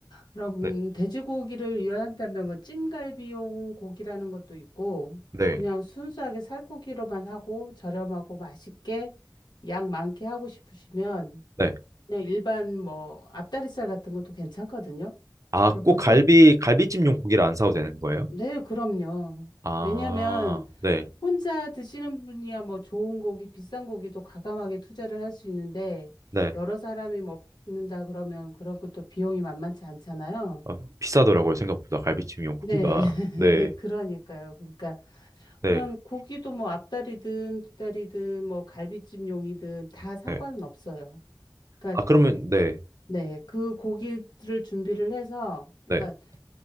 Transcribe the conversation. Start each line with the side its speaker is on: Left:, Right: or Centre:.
Left: 그럼
Right: 네,
Left: 돼지고기를 이용한다면 뭐 찜갈비용 고기라는 것도 있고
Right: 네,
Left: 그냥 순수하게 살코기로만 하고 저렴하고 맛있게 양 많게 하고 싶으시면
Right: 네.
Left: 그냥 일반 뭐 앞다리살 같은 것도 괜찮거든요.
Right: 아,
Left: 그러니까
Right: 꼭
Left: 보통
Right: 갈비, 갈비찜용 고기를 안 사도 되는 거예요?
Left: 네, 그럼요.
Right: 아,
Left: 왜냐하면
Right: 네,
Left: 혼자 드시는 분이야 뭐 좋은 고기, 비싼 고기도 과감하게 투자를 할 수 있는데
Right: 네.
Left: 여러 사람이 먹는다 그러면 그런 것도 비용이 만만치 않잖아요.
Right: 아, 비싸더라고요 생각보다 갈비찜 용고기가
Left: 네, <laughs>
Right: 네
Left: 그러니까요. 그러니까
Right: 네
Left: 그냥 고기도 뭐 앞다리든 뒷다리든 뭐 갈비찜용이든 다 상관은
Right: 네
Left: 없어요. 그러니까
Right: 아 그러면 네
Left: 네, 그 고기를 준비를 해서, 그러니까
Right: 네